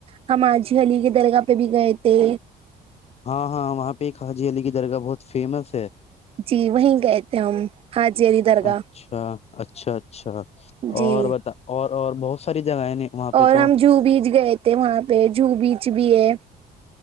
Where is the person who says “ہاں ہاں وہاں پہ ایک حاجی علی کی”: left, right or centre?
Left